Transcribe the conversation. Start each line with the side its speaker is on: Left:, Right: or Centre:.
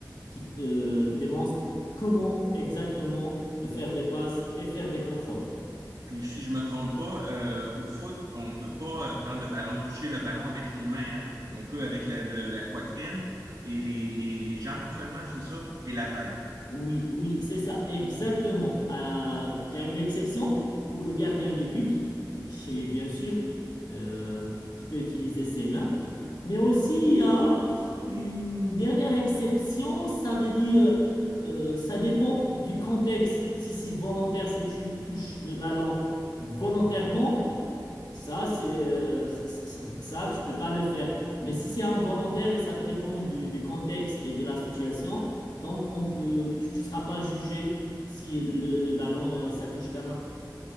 Left: qui euh, démontrent comment exactement euh, faire des passes et faire des contrôles.
Right: Puis si je me trompe pas, euh, au foot, on peut pas euh, prendre le ballon, toucher le ballon avec les mains, hein? On peut avec le- le- la poitrine et les, les, les jambes seulement, c'est ça? Et la tête.
Left: Oui, oui, c'est ça, exactement. Euh, Il y a une exception pour le gardien de but, <laughs> qui est bien sûr, euh, qui peut utiliser ses mains. Mais aussi, il y a une dernière exception, ça veut dire, euh, ça dépend du contexte. Si c'est volontaire, si tu touches le ballon volontairement, ça, c'est, euh, c- ça, tu peux pas le faire. Mais si c'est involontaire et ça dépend du, du contexte et de la situation, donc on peut, tu, ne seras pas jugé si le, le ballon, euh, ça touche ta main.